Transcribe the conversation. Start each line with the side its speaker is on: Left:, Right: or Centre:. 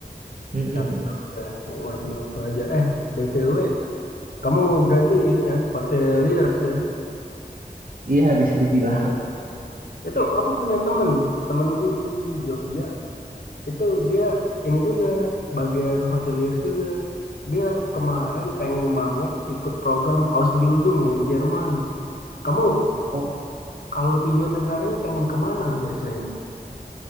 Right: <laughs>
Left: Tapi ya udah nikmatin waktu aja. Eh, BTW, kamu berarti ini ya hoteliers ya.
Right: Iya bisa dibilang.
Left: Itu aku punya temen, temenku di Jogja itu dia ini juga bagian hoteliers juga. Dia kemarin pengen banget ikut program Ausbildung yang di Jerman. Kamu
Right: Oh,
Left: kalau tujuan negaranya pengen kemana biasanya?